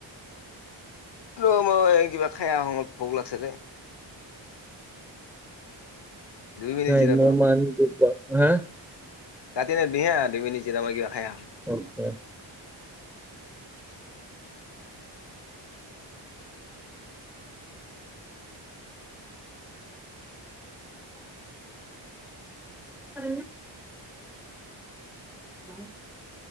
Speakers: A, on the left (about 60°); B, in the centre.
A: ৰ মই কিবা খাই আহো ভোক লাগছে যে দুই মিনিট
B: হয়
A: জিৰা
B: মই
A: ত
B: মন হা
A: কাটি দেবিহে দুইমিনিট যেতিয়া মই কিবা খাই আহো
B: অওকে হয়নে উ